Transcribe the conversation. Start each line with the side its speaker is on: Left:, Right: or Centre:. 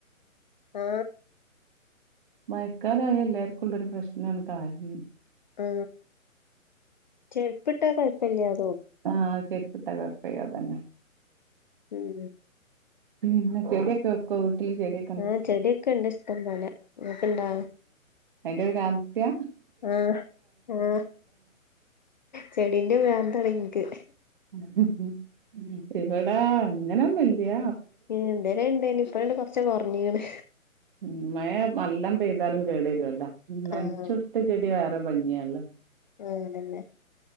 Left: ആ
Right: മയക്കാലായ എല്ലാവർക്കുംള്ളൊരു പ്രശ്നാണ് കാല്.
Left: ആ ചെരുപ്പിട്ടാ കുഴപ്പില്ല്യന്നൊ.
Right: ആഹ് ചെരിപ്പിട്ട കുഴപ്പില്ല അതന്നെ
Left: <unintelligible>
Right: പിന്നെ ചെടിയൊക്കെ ഒക്കെ വീട്ടില് ചെടി
Left: ആ ചെടിയൊക്കെ ഇണ്ട് ഇഷ്ടം പോല. നിങ്ങക്ക് ഇണ്ടാ?
Right: എന്റെ പേര് ആദിത്യ.
Left: ആഹ്, ആഹ് ചെടിന്റെ പ്രാന്താണെനിക്ക്.
Right: ഉം ഇവിടാ അങ്ങനൊന്നുല്ല്യ.
Left: ഏ ന്തേന ഇണ്ടേന്ന് ഇപ്പണ്ട് കൊറച്ച കുറഞ്ഞണ്
Right: ഉം മഴ മല്ലാം പെയ്താലും കേടരുല്ലോ നനച്ചുടുത്ത
Left: ആഹ്
Right: ചെടി വേറെ ഭംഗിയാല്ലെ
Left: ആ അതന്നെ